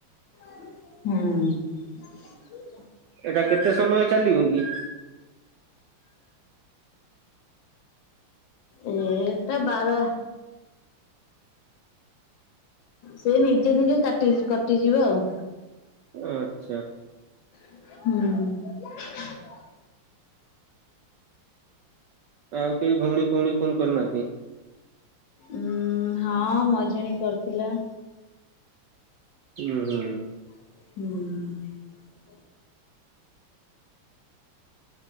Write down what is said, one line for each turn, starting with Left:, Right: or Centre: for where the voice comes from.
Left: ହୁଁ।
Right: ଏଇଟା କେତେ ସମୟ ଚାଲିବ କି?
Left: ଏଇଟା ବାର ସେ ନିଜେ ନିଜେ କାଟି କଟିଯିବ ଆଉ।
Right: ଆଛା।
Left: ହୁଁ।
Right: ଆଉ କେହିଁ ଭୋଉଣି ଫୋଉଣୀ ଫୋନ କରନାହାନ୍ତି?
Left: ଉଁ ହଁ ମଝିଆଣି କରିଥିଲା।
Right: ଉଁ ହୁଁ।
Left: ହୁଁ।